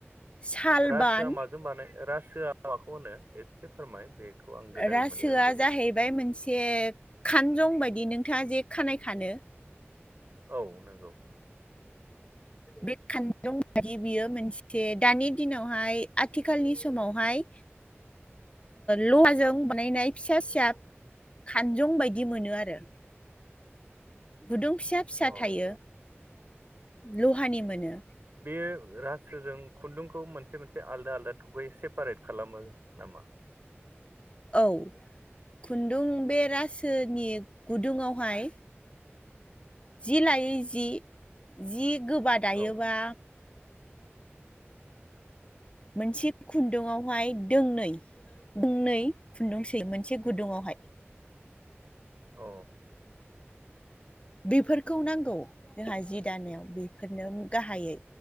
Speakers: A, on the left (about 25°); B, on the right (about 55°).
A: सालबान,
B: रासोआ माजों बानाय रासोआ माखौ होनो एसे फोरमाय बेखौ आं गोदान
A: रासोआ
B: मोनदों
A: जाहैबाय मोनसे खानजं बायदि दि नोंथाङा जे खानाय खानो
B: औ नंगौ
A: बे खान्जं बायदि बियो मोनसे दानि दिनावहाय आथिखालनि समावहाय लहाजों बानायनाय फिसा फिसा खानजं बायदि मोनो आरो गुदुं फिसा फिसा
B: अ
A: थायो लहानि मोनो
B: बेयो राजासोजों खुन्दुंखौ मोनसे मोनसे आलदा आलदा थखयै सेपारेट खालामो नामा
A: औ खुन्दुं बे रासोनि गुदुङावहाय जि लायै जि जि गोबा दायोबा
B: औ
A: मोनसे खुन्दुंआवहाय दोंनै दोंनै खुन्दुं सोयो मोनसे गुदुङावहाय
B: अ
A: बेफोरखौ नांगौ जोंहा जि दानायाव बेफोरनो गाहायै